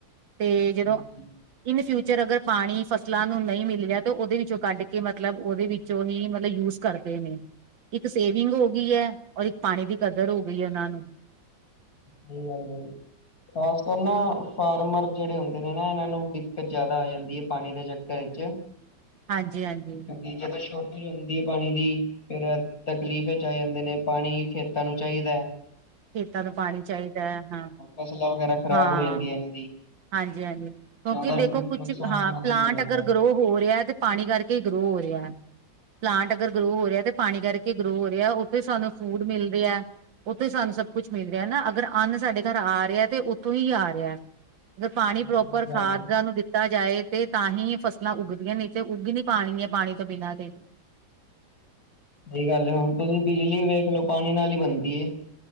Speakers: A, on the right; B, on the left.
A: ਤੇ ਜਦੋਂ
B: ਹਾਂਜੀ।
A: ਇਨ ਫਿਊਚਰ ਅਗਰ ਪਾਣੀ ਫਸਲਾਂ ਨੂੰ ਨਹੀਂ ਮਿਲਿਆ, ਤਾਂ ਉਹਦੇ ਵਿੱਚੋਂ ਕੱਢਕੇ, ਮਤਲਬ ਉਹਦੇ ਵਿੱਚੋ ਹੀ ਮਤਲਬ ਯੂਜ ਕਰਦੇ ਨੇ, ਇੱਕ ਸੇਵਿੰਗ ਹੋ ਗਈ ਐ, ਔਰ ਇੱਕ ਪਾਣੀ ਦੀ ਕਦਰ ਹੋ ਗਈ ਏ, ਉਹਨਾਂ ਨੂੰ।
B: ਸਹੀ ਗੱਲ ਏ। ਖਾਸ ਕਰ ਨਾ ਫਾਰਮਰ ਜਿਹੜੇ ਹੁੰਦੇ ਨੇ ਨਾ, ਇਹਨਾਂ ਨੂੰ ਦਿੱਕਤ ਜ਼ਿਆਦਾ ਆ ਜਾਂਦੀ ਏ ਪਾਣੀ ਦੇ ਚੱਕਰ ਵਿੱਚ।
A: ਹਾਂਜੀ-ਹਾਂਜੀ।
B: ਕਿਉਂਕਿ ਜਦੋਂ ਸ਼ੋਰਟੇਜ ਹੁੰਦੀ ਏ, ਪਾਣੀ ਦੀ ਫਿਰ, ਤਕਲੀਫ਼'ਚ ਆ ਜਾਂਦੇ ਨੇ, ਪਾਣੀ ਖੇਤਾਂ ਨੂੰ ਚਾਹੀਦੈ।
A: ਖੇਤਾਂ ਨੂੰ ਪਾਣੀ ਚਾਹੀਦਾ, ਹਾਂ,
B: ਫਸਲਾਂ ਵਗੈਰਾ ਖ਼ਰਾਬ
A: ਹਾਂ।
B: ਹੋ ਜਾਂਦੀ ਹੈ ਇਹਨਾਂ ਦੀ
A: ਹਾਂਜੀ-ਹਾਂਜੀ, ਕਿਉਂਕਿ
B: ਜ਼ਿਆਦਾ
A: ਦੇਖੋ
B: ਫਿਰ
A: ਕੁਛ
B: ਨੁਕਸਾਨ
A: ਹਾਂ
B: ਉਹਨਾਂ ਦਾ
A: ਪਲਾਂਟ
B: ਹੀ ਹੋ ਜਾਂਦਾ
A: ਅਗਰ ਗ੍ਰੋ ਹੋ ਰਿਹਾ ਤੇ ਪਾਣੀ ਕਰਕੇ ਈ ਗ੍ਰੋ ਹੋ ਰਿਹਾ। ਪਲਾਂਟ ਅਗਰ ਗ੍ਰੋ ਹੋ ਰਿਹਾ, ਤੇ ਪਾਣੀ ਕਰਕੇ ਗਰੋ ਹੋ ਰਿਹਾ, ਉੱਥੋਂ ਈ ਸਾਨੂੰ ਫੂਡ ਮਿਲਦੇ ਆ। ਉੱਥੇ ਈ ਸਾਨੂੰ ਸਭ ਕੁਛ ਮਿਲ ਰਿਹਾ ਨਾ, ਅਗਰ ਅੰਨ ਸਾਡੇ ਘਰ ਆ ਰਿਹਾ ਤੇ ਉੱਥੋਂ ਈ ਆ ਰਿਹਾ। ਮਤਲਬ ਪਾਣੀ
B: ਸਹੀ
A: ਪ੍ਰੋਪਰ
B: ਗੱਲ
A: ਖਾਦਾਂ
B: ਹੈ
A: ਨੂੰ ਦਿੱ ਦਿੱਤਾ ਜਾਏ ਤੇ ਤਾਂ ਹੀ ਫਸਲਾਂ ਉੱਗਦੀਆਂ, ਨਹੀਂ ਤੇ ਉੱਗ ਈ ਨਈ ਪਾਣੀਆਂ, ਪਾਣੀ ਤੋਂ ਬਿਨਾਂ ਤੇ।
B: ਸਹੀ ਗੱਲ ਏ, ਹੁਣ ਤੁਸੀਂ ਬਿਜਲੀ ਵੀ ਵੇਖਲੋ, ਪਾਣੀ ਨਾਲ ਈ ਬਣਦੀ ਏ।